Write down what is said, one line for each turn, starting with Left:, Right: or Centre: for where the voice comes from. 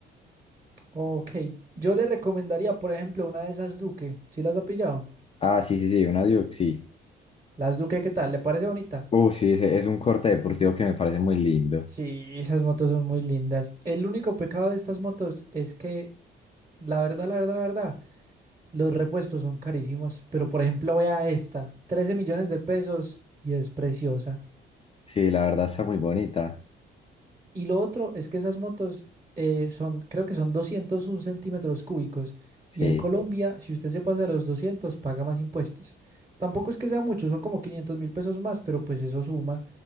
Right: Ok, yo le recomendaría, por ejemplo, una de esas Duque. ¿Sí las ha pillado?
Left: Ah, sí, sí, sí, una Duke, sí.
Right: Las Duque, ¿qué tal? ¿Le parece bonita?
Left: Uh, sí, ese es un corte deportivo que me parece muy lindo.
Right: Sí, esas motos son muy lindas. El único pecado de estas motos es que, la verdad, la verdad, la verdad, los repuestos son carísimos. Pero, por ejemplo, vea esta, 13 millones de pesos y es preciosa.
Left: Sí, la verdad está muy bonita.
Right: Y lo otro es que esas motos eh, son, creo que son 201 centímetros cúbicos.
Left: Sí,
Right: Y en Colombia, si usted se pasa de los 200, paga más impuestos. Tampoco es que sea mucho, son como 500 mil pesos más, pero pues eso suma,